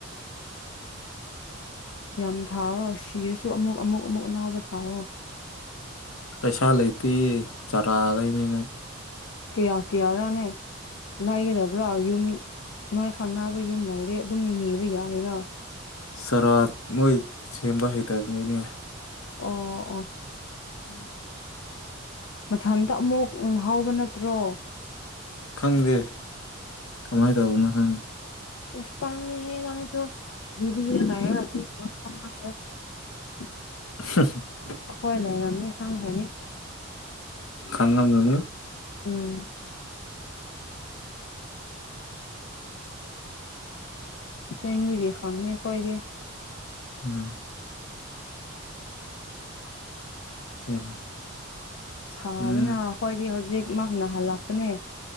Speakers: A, on the left; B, on the left.
A: ꯌꯥꯝ ꯊꯥꯎꯔꯣ ꯁꯤꯔꯁꯨ ꯑꯃꯨꯛ ꯑꯃꯨꯛ ꯑꯃꯨꯛ ꯑꯅꯥꯎꯕ ꯊꯥꯎꯔꯣ
B: ꯄꯩꯁꯥ ꯂꯩꯇꯦ ꯆꯥꯔꯥ ꯂꯩꯅꯤꯉꯥꯏ
A: ꯀꯌꯥ ꯀꯌꯥꯔꯅꯦ ꯂꯥꯏꯒꯗꯕ꯭ꯔꯥ ꯌꯨꯝ ꯅꯥꯏ ꯈꯥꯡ ꯅꯥꯕ ꯌꯨꯝ ꯂꯩꯥꯏꯔꯦ ꯑꯗꯨꯝ ꯅꯤꯕ ꯌꯥꯏꯅ
B: ꯆꯔꯥ ꯃꯣꯏ ꯁꯦꯝꯕ ꯍꯩꯇꯕꯅꯤꯅꯦ
A: ꯑꯣ ꯑꯣ
B: ꯎꯝ
A: ꯃꯊꯟꯇ ꯑꯃꯨꯛ ꯍꯥꯎꯕ ꯅꯠꯇ꯭ꯔꯣ
B: ꯈꯪꯗꯦ ꯀꯃꯥꯏꯅ ꯇꯧꯕꯅꯣ ꯈꯪꯗꯦ
A: ꯆꯦꯁ ꯍꯦ ꯅꯪꯁꯨ ꯖꯤꯔꯤꯗ ꯂꯩꯔꯒ <unintelligible>
B: <unintelligible>
A: ꯈꯣꯏ ꯂꯩꯔꯝꯅꯤ ꯈꯪꯈ꯭ꯔꯅꯤ
B: ꯈꯉ ꯃꯅꯤ
A: ꯎꯝ ꯆꯦꯡꯕꯒꯤ ꯈꯪꯅꯤ ꯈꯣꯏꯗꯤ
B: ꯎꯝ <unintelligible>
A: ꯁꯥꯕꯅ
B: ꯎꯝ
A: ꯍꯣꯏꯗꯤ ꯍꯧꯖꯤꯛꯃꯛ ꯅꯥꯍꯜꯂꯛꯄꯅꯦ